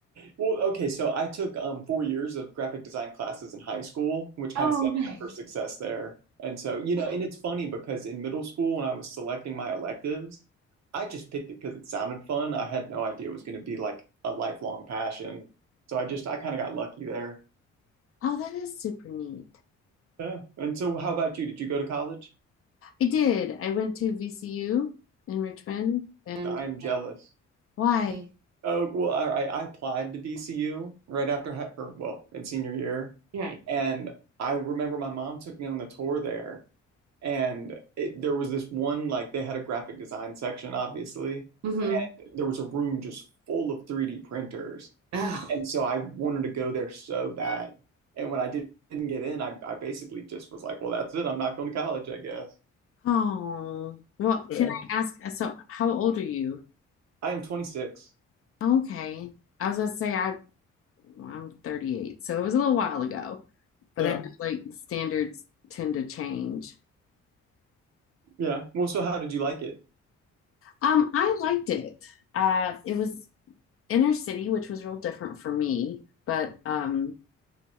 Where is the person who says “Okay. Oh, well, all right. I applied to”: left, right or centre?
Right